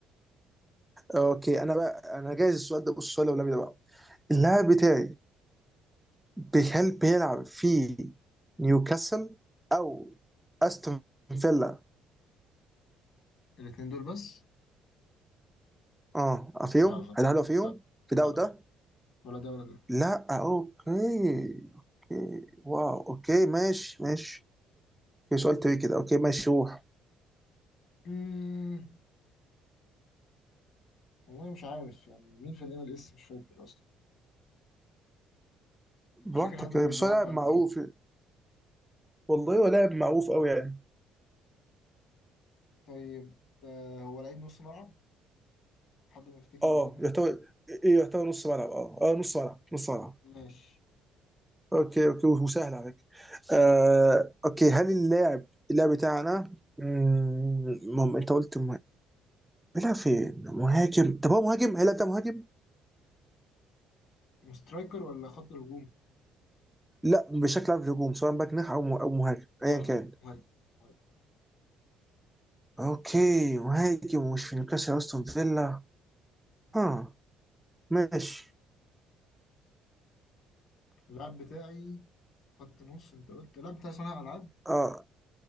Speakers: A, in the centre; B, on the left.
A: اوكي انا بقى انا جايز السؤال ده بص السؤال الاولاني ده بقى اللاعب بتاعي بيحل بيلعب في نيوكاسل او استون فيلا
B: الاتنين دول بس
A: اه فيهم
B: لا غلط
A: هل هل فيهم
B: لا
A: في ده
B: لا لا
A: وده
B: ولا ده ولا ده
A: لا اوكي اوكي واو اوكي ماشي ماشي اوكي سؤال تري كده اوكي ماشي روح
B: مم. والله مش عارف يعني مين في الام ال اس مش فاكر اصلا
A: براحتك
B: مش فاكر حد غير
A: يعني
B: الجماعه
A: بس هو لاعب
B: بتوع
A: معروف
B: انتر ميامي
A: والله هو لاعب معروف قوي يعني
B: طيب آه، هو لعيب نص ملعب حد ما يفتكر
A: اه
B: اللعيبه
A: يعتبر ايه يعتبر نص ملعب اه اه نص ملعب نص ملعب
B: ماشي
A: اوكي اوكي وسهل على فكره آه اوكي هل اللاعب اللاعب بتاعنا مم، مم، انت قلت بيلعب فين؟ مهاجم طب هو مهاجم؟ هيلعب ده مهاجم؟
B: مسترايكر ولا خط هجوم
A: لا بشكل عام في الهجوم سواء باك جناح او او مهاجم
B: اه
A: ايا كان
B: اه مهاجم مهاجم
A: اوكي مهاجم ومش في نيوكاسل استون فيلا ها ماشي
B: اللاعب بتاعي خط نص انت قلت اللاعب بتاعي صانع العاب
A: اه